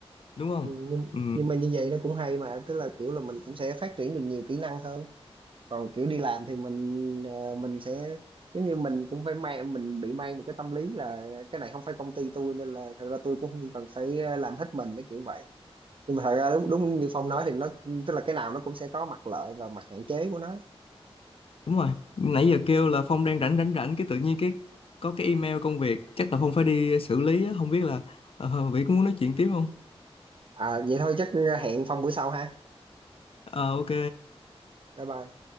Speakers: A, on the left (about 60°); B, on the right (about 55°).
A: đúng không
B: Ừ, nhưng
A: ừ.
B: nhưng mà như vậy nó cũng hay mà tức là kiểu là mình cũng sẽ phát triển được nhiều kỹ năng hơn còn kiểu đi làm thì mình ờ, mình sẽ giống như mình cũng phải mang mình bị mang một cái tâm lý là cái này không phải công ty tôi nên là thật ra tôi cũng không cần phải ờ, làm hết mình để kiểu vậy nhưng mà thật ra đúng đúng như Phong nói thì nó tức là cái nào nó cũng sẽ có mặt lợi và mặt hạn chế của nó
A: đúng rồi nãy giờ kêu là Phong đang rảnh rảnh rảnh cái tự nhiên cái có cái email công việc chắc là Phong phải đi xử lý á. không biết là ờ, Vĩ có muốn nói chuyện tiếp không
B: à vậy thôi chắc hẹn Phong bữa sau ha
A: Ờ ok
B: bye bye